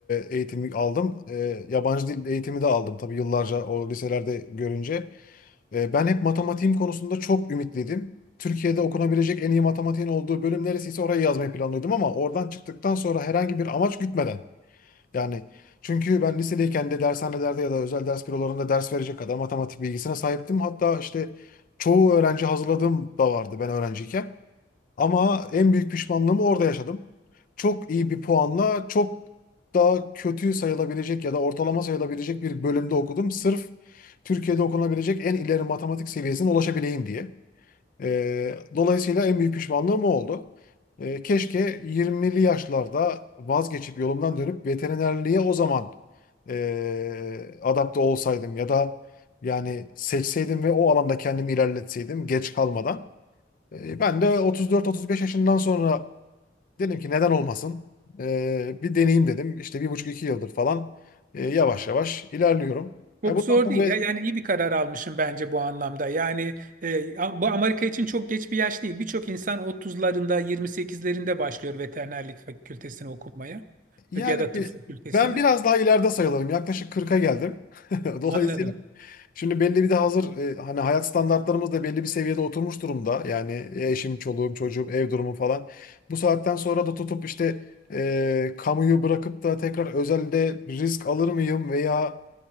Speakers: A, on the left; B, on the right.
A: e, eğitimi aldım. E, yabancı dil eğitimi de aldım tabii yıllarca o liselerde görünce. E, ben hep matematiğim konusunda çok ümitliydim. Türkiye'de okunabilecek en iyi matematiğin olduğu bölüm neresiyse orayı yazmayı planlıyordum ama oradan çıktıktan sonra herhangi bir amaç gütmeden. Yani çünkü ben lisedeyken de dershanelerde ya da özel ders bürolarında ders verecek kadar matematik bilgisine sahiptim. Hatta işte çoğu öğrenci hazırladığım da vardı ben öğrenciyken. Ama en büyük pişmanlığımı orada yaşadım. Çok iyi bir puanla çok daha kötü sayılabilecek ya da ortalama sayılabilecek bir bölümde okudum. Sırf Türkiye'de okunabilecek en ileri matematik seviyesine ulaşabileyim diye. Ee, dolayısıyla en büyük pişmanlığım o oldu. Ee, keşke 20'li yaşlarda vazgeçip yolumdan dönüp veterinerliğe o zaman ee, adapte olsaydım ya da yani seçseydim ve o alanda kendimi ilerletseydim geç kalmadan. E, Ben de 34-35 yaşından sonra dedim ki neden olmasın? E, bir deneyeyim dedim. İşte bir buçuk iki yıldır falan e, yavaş yavaş ilerliyorum.
B: Çok
A: E, bundan
B: zor
A: sonra
B: değil ya. Yani iyi bir karar almışım bence bu anlamda. Yani e, bu Amerika için çok geç bir yaş değil. Birçok insan 30'larında, 28'lerinde başlıyor veterinerlik fakültesini okumaya
A: yani
B: ya da
A: bir,
B: tıp fakültesini.
A: ben biraz daha ileride sayılırım. Yaklaşık kırk'a geldim. <laughs> Dolayısıyla
B: Anladım.
A: şimdi belli bir de hazır e, hani hayat standartlarımız da belli bir seviyede oturmuş durumda. Yani eşim, çoluğum, çocuğum, ev durumu falan. Bu saatten sonra da tutup işte e, kamuyu bırakıp da tekrar özelde risk alır mıyım veya